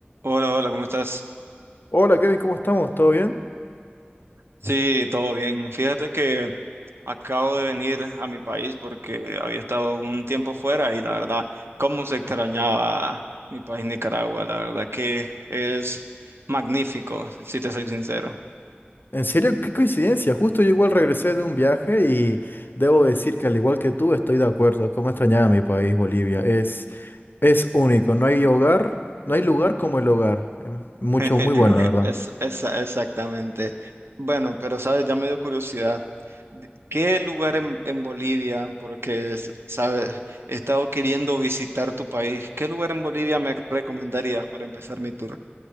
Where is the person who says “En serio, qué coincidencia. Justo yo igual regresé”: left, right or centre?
Left